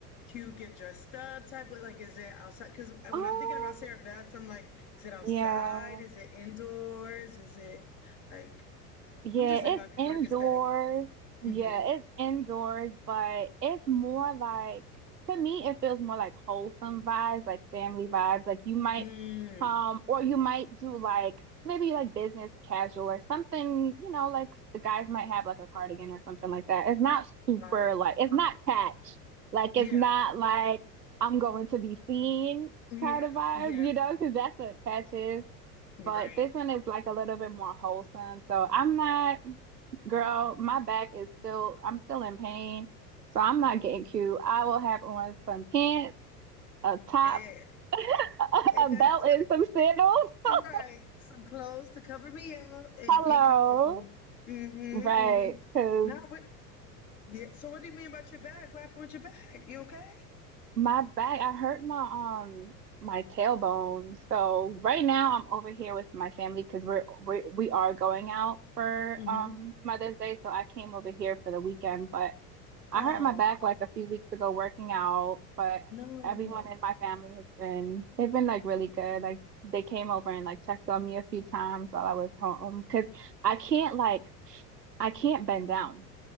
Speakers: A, on the left; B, on the right.
A: cute get dressed up type of like is it outside? Because when
B: Um,
A: I'm thinking about Sarah Beth's, I'm like, is it outside?
B: Yeah.
A: Is it indoors? Is it like
B: Yeah,
A: I'm just thinking
B: it's
A: about New
B: indoors.
A: York aesthetic.
B: Yeah,
A: hmm
B: it's indoors, but it's more like to me it feels more like wholesome vibes, like family vibes. Like you might
A: Mm,
B: um or you might do like maybe like business casual or something, you know, like the guys might have like a cardigan or something like that. It's not super
A: got it.
B: like it's not catch. Like
A: Yeah,
B: it's not like I'm going to be seen
A: yeah,
B: kind of vibes,
A: yeah.
B: you know, because that's what catch is.
A: You're
B: But
A: Right.
B: this one is like a little bit more wholesome. So I'm not, girl, my back is still, I'm still in pain. So I'm not getting cute. I will have on some pants, a top,
A: Eh,
B: <laughs>
A: and
B: a
A: that's
B: belt, and some sandals.
A: about-
B: <laughs>
A: right. Some clothes to cover me up and
B: Hello.
A: get comfortable. Mm-hmm.
B: Right.
A: Mm-hmm.
B: Because
A: No, but yeah. So what do you mean about your back? What happened with your back? You okay?
B: my back, I hurt my, um, my tailbone. So right now I'm over here with my family because we're we we are going out for
A: Mhm.
B: um Mother's Day. So I came over here for the weekend, but I
A: Oh,
B: hurt my back like a few weeks ago working out, but
A: no.
B: everyone in my family has been, they've been like really good. Like they came over and like checked on me a few times while I was home because I can't like, I can't bend down.